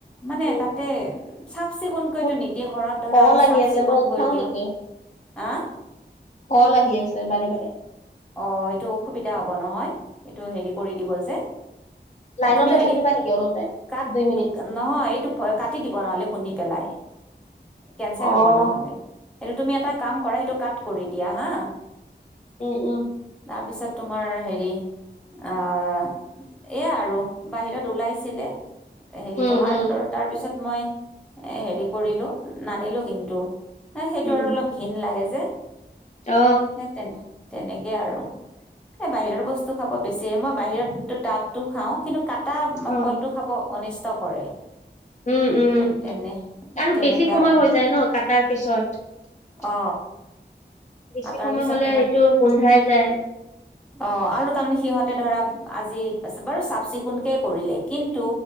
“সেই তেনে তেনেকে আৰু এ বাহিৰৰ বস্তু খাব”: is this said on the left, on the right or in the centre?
Centre